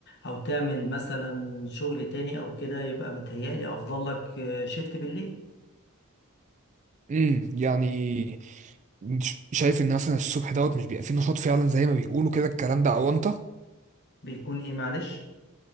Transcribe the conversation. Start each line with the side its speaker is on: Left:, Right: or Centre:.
Left: او تعمل مثلا شغل تاني او كده يبقى متهيألي افضل لك شيفت بالليل
Right: امم يعني ش- شايف ان مثلا الصبح دوت مش بيبقى فيه نشاط فعلا زي ما بيقولوا كده الكلام ده اونطه
Left: بيكون ايه معلش